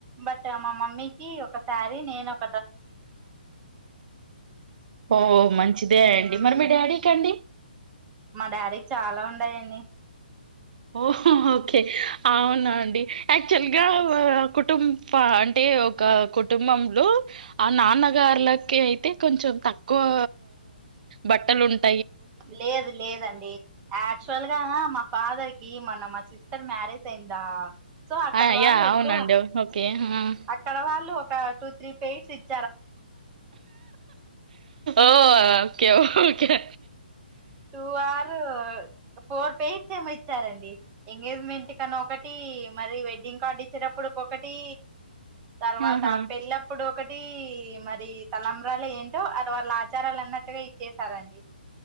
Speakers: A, on the right; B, on the right.
A: బట్ మా మమ్మీకి ఒకసారి నేనొక్
B: ఓ మంచిదే అండి.
A: ఉమ్
B: మరి మీ డాడీ కండి?
A: మా డాడీకి చాలా ఉంన్నయండి.
B: ఓహ్ ఓకే అవునా అండి అయిత్ అక్చువల్ గా ఓ కుటుం ప అంటే. ఒక కుటుంబంలో ఆ నాన్నగార్ల్ లకయితే కొంచెం తక్కువా బట్టలు ఉంట్
A: లేదు లేదండి. యాక్చువల్ గా మా ఫాదర్ కి మొన్న మా సిస్టర్ మ్యారేజ్ అయింద్రా. సో అక్కడ
B: ఆ!
A: వాళ్ళెక్కువ,
B: యాహ్! అవునండి. ఓకే. ఆ!
A: అక్కడ వాళ్ళు ఒక టూ త్రీ పేర్స్ చ్
B: okay okay
A: two or four పెయిర్సేమో ఇచ్చారండి. ఎంగేజ్మెంట్ కనీ ఒకటి, మరి వెడ్డింగ్ కార్డు ఇచ్చేటప్పుడుకు ఒకటి. తర్వాత
B: ఆహా!
A: పెళ్లప్పుడు ఒకటి, మరి తలంబ్రాల ఏంటో, అది వాళ్ళ ఆచారాలన్నట్టుగా ఇచ్చెసారండి.